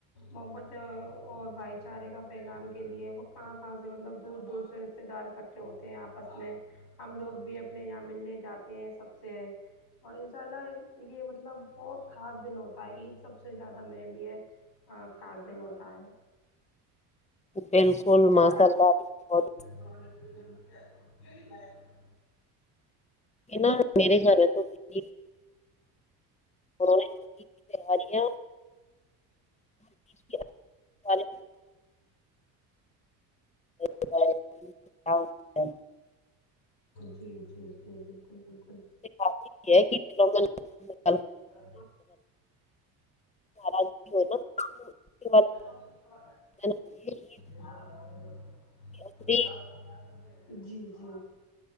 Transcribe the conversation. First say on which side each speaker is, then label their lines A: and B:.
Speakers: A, on the left; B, on the left.
A: محبت اور بھائی چارے کا پیغام کے لیے وہ کہاں کہاں سے مطلب دور دور سے رشتے دار اکٹھے ہوتے ہیں آپس میں ہم لوگ بھی اب اپنے یہاں ملنے جاتے ہیں سب سے اور ان شاء اللہ یہ مطلب بہت خاص دن ہوتا ہے عید سب سے زیادہ میرے لیے ہاں خاص دن ہوتا ہے
B: بلکل ماسا اللہ ابھی بہوت
A: <unintelligible>
B: کے نا میرے
A: <unintelligible> <unintelligible> <unintelligible> ج
B: گھر میں تو نہیں، انہوں نے عید کی تیاریاں عید کی اب کے بارے میں بتایا کہ کیا ہوتا ہے۔
A: جی جی جی بلکل بلکل
B: کے اتی ہے کہ چلو م <unintelligible>
A: ہاں
B: ناراضگی ہو نا اس کے بعد
A: <unintelligible>
B: دینا چاہیے. یہ اصلی
A: جی جی